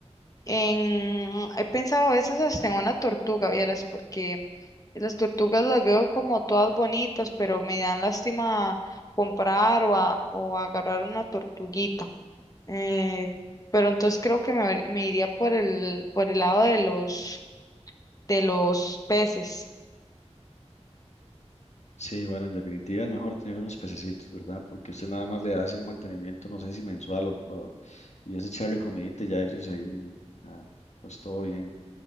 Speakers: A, on the left; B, on the left.
A: En, he pensado a veces hasta en una tortuga, vieras, porque las tortugas las veo como todas bonitas, pero me dan lástima comprar o, a- o agarrar una tortuguita. Eh, pero entonces creo que me, ir- me iría por el, por el lado de los, de los peces.
B: Sí, bueno, en definitiva es mejor tener unos pececitos, ¿verdad? Porque usted nada más le hace un mantenimiento, no sé si mensual o, o- y es echarle comidita y ya ellos ahí, ah, pues todo bien.